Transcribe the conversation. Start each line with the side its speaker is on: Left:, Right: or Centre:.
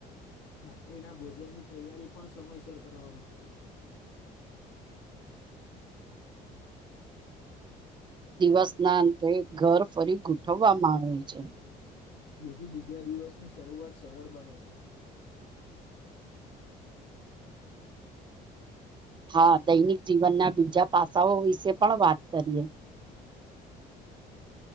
Left: રાત્રિના ભોજનની તૈયારી પણ સમયસર કરવામાં આવે છે.
Right: <inaudible> દિવસના અંતે ઘર ફરી ગોઠવવામાં આવે છે.
Left: જેથી બીજા દિવસની શરૂઆત સરળ બને છે.
Right: હા દૈનિક જીવનના બીજા પાસાઓ વિશે પણ વાત કરીએ. <inaudible>